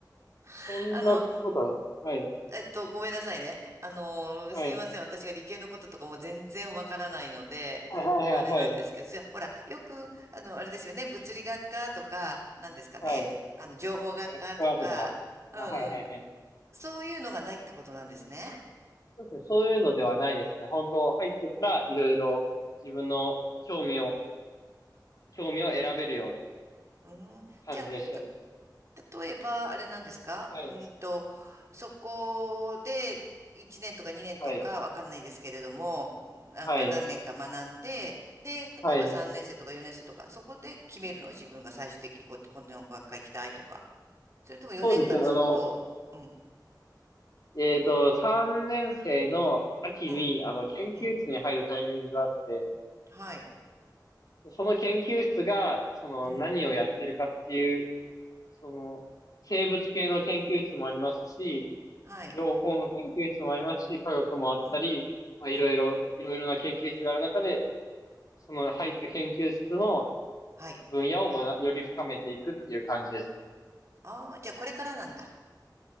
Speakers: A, on the right; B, on the left.
A: <laughs>
B: そんなことは、
A: あの、
B: はい、
A: えっと、ごめんなさいね。あの、
B: はい、
A: すいません。私が理系のこととかも全然わからないので、
B: はい、はい、
A: あれなんですけど、
B: はい、
A: じゃあ、ほら、よく、あの、あれですよね。物理学科とか、なんですかね。
B: はい、
A: あの、情報学科とか、
B: 学科とか、
A: うんうん。
B: あ、はい、はい、はい。
A: そういうのがないってことなんですね。
B: そうですね、そういうのではないですね。本当、入ってからいろいろ自分の興味を、興味を選べるような
A: うん。
B: 感じでしたね。
A: じゃあ、た、例えば、あれなんですかうんと、
B: はい、
A: そこで1年とか2年とかわかんないですけれども、
B: はい、
A: なんか何年か学んで、
B: はい、
A: で、例えば3年生とか4年生とか、
B: はい。
A: そこで決めるの自分が最終的にこ、この学科行きたいとか。それとも4年間ずっと、
B: そうですね、あの、
A: うん、
B: えっと、3年生の秋に、
A: うん、
B: あの、研究室に入るタイミングがあって、
A: うん、はい、
B: その研究室が、その、
A: うん、
B: 何をやってるかっていう、その、生物系の研究室もありますし、
A: はい、
B: 情報の研究室もありますし、科学もあったり、
A: うん、
B: まあ、いろいろ、
A: うん、
B: いろいろな研究室がある中で、その入った研究室の
A: はい。
B: 分野をまより深めていくっていう感じですね。
A: ああ、じゃあこれからなんだ。